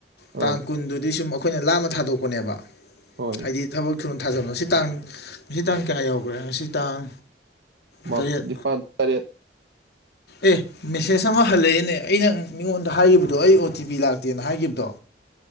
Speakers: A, on the left; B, on the right.
A: ꯇꯥꯡ
B: ꯑꯥ
A: ꯀꯨꯟꯗꯨꯗꯤ ꯁꯨꯝ ꯑꯩꯈꯣꯏꯅ ꯂꯥꯞꯅꯥ ꯊꯥꯗꯣꯛꯄꯅꯦꯕ
B: ꯍꯣꯏ
A: ꯍꯥꯏꯗꯤ ꯊꯕꯛ ꯊꯨꯅ ꯊꯥꯖꯤꯟꯕ ꯉꯁꯤ ꯇꯥꯡ ꯉꯁꯤ ꯇꯥꯡ ꯀꯌꯥ ꯌꯧꯈ꯭ꯔꯦ ꯉꯁꯤ ꯇꯥꯡ
B: ꯃꯥ
A: ꯇꯔꯦꯠ
B: ꯅꯤꯄꯥꯥꯟ ꯇꯔꯦꯠ
A: ꯑꯦ ꯃꯦꯁꯦꯖ ꯑꯃ ꯍꯜꯂꯛꯑꯦꯅꯦ ꯑꯩꯅ ꯃꯤꯉꯣꯟꯗ ꯍꯥꯏꯈꯤꯕꯗꯣ ꯑꯩꯒꯤ ꯑꯣ ꯇꯤ ꯄꯤ ꯂꯥꯛꯇꯦꯅ ꯍꯥꯏꯈꯤꯕꯗꯣ